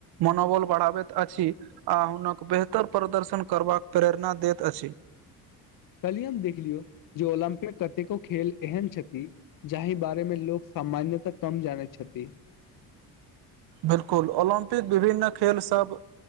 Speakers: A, on the right; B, on the left.
A: मनोबल बढ़ाबैत अछि आ हुनक बेहतर प्रदर्शन करबाक प्रेरणा दैत अछि
B: कल्हि हम देख लियौ जे ओलम्पिक कतेको खेल एहन छथि जाहि बारे मे लोक सामान्यत कम जानैत छथि
A: बिलकुल ओलम्पिक विभिन्न खेल सब